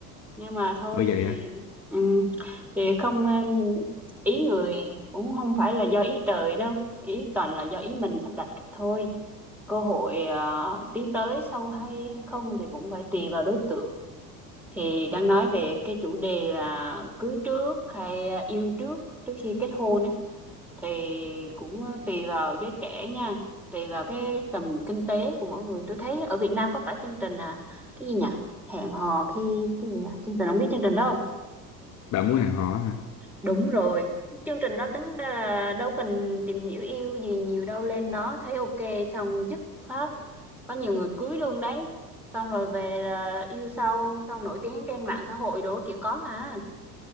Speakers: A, in the centre; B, on the left.
A: nhưng mà thôi
B: ở vậy
A: thì
B: hả
A: ừm, thì không ừm, ý người cũng không phải là do ý trời đâu ý toàn là do ý mình sắp đặt thôi cơ hội ờ, tiến tới sâu hay không thì cũng phải tùy vào đối tượng thì đang nói về cái chủ đề là cưới trước hay ờ, yêu trước trước khi kết hôn á thì cũng ờ, tùy vào giới trẻ nha tùy vào cái tầm kinh tế của mỗi người tôi thấy ở Việt Nam có cả chương trình à cái gì nhỉ hẹn hò khi cái gì nhỉ chương trình không biết chương trình đó không
B: bạn muốn hẹn hò hả
A: đúng rồi chương trình đó tính ra là đâu cần tìm hiểu yêu gì nhiều đâu lên đó thấy ok xong dứt phát có nhiều người cưới luôn đấy xong rồi về là yêu sau xong nổi tiếng trên mạng xã hội đồ kiểu có mà